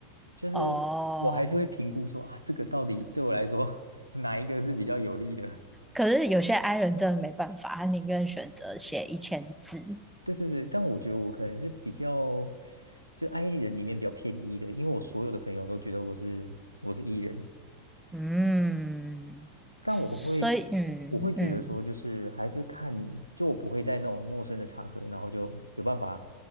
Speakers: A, on the right (about 90°); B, in the centre.
A: 就是我还是会评估说啊，
B: <laughs> 哦，
A: 这个到底对我来说 <laughs> 哪一个是比较有利的？
B: 可是有些 I 人真的没办法，他宁愿选择写一千字。
A: 对对对，但我觉得我可能是比较，就 i 人里面比较偏 E 的，因为我所有的朋友都觉得我是我是 E 人，
B: 嗯，
A: 但我会，
B: 所以嗯嗯
A: 我会觉得说，就是还是看，就我不会在那种陌生的场合，然后就有办法